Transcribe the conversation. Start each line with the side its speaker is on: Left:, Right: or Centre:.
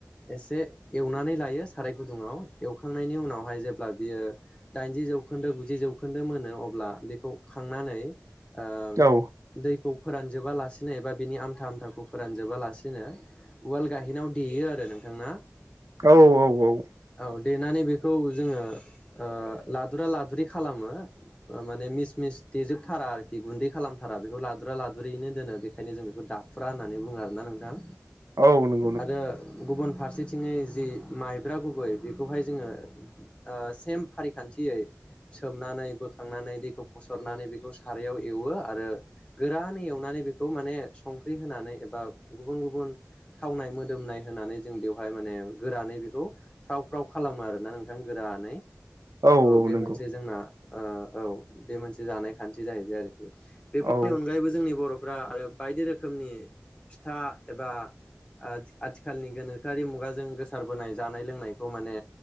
Left: एसे एवनानै लायो साराय गुदुङाव एवखांनायनि उनावहाय जेब्ला बियो दाइनजि जौखोन्दो गुजि जौखोन्दो मोनो अब्ला बेखौ खांनानै आ
Right: औ
Left: दै खौ फोरानजोबालासिनो एबा बिनि आमथा आमथाखौ फोरानजोबालासिनो उवाल गाहेनाव हैयो आरो नोंथां ना
Right: औ औ औ
Left: औ देनानै बेखौ जोङो ओ लादुरा लादुरि खालामो माने मिस मिस देेजोबथारा आरोखि गुन्दै खालामथारा बेखौ लादुरा लादुरियैनो दोनो बेखायनो जों बेखौ दाखुरा होन्नानै बुङो आरो ना नोंथां
Right: औ नों
Left: आरो गुबुन फार सेथिङै जि माइब्रा गुबै बेखौहाय जोङो ओ सेम फारिखान्थियै सोमनानै बोखांनानै दैखौ फसरनानै बेखौ सारायाव एवो आरो गोरानै एवनानै बेखौ माने संख्रि होनानै एबा गुबुन गुबुन थावनाय लोमनाय होनानै जों बेवहाय माने गोरानै बेखौ फ्राव फ्राव खालामो आरोना नोंथां गोरानै
Right: औ
Left: थ'
Right: औ
Left: बे
Right: नंगौ
Left: मोनसे जोंना ओ औ बे मोनसे जानाय खान्थि जाहैबाय आरो बेफोरनि
Right: औ
Left: अनगायैबो जोंनि बर' फ्रा आरो बायदि रोखोमनि फिथा एबा ओ आथिखालनि गोनोखोआरि मुगाजों गोसारबोनाय जानाय लोंनायखौ माने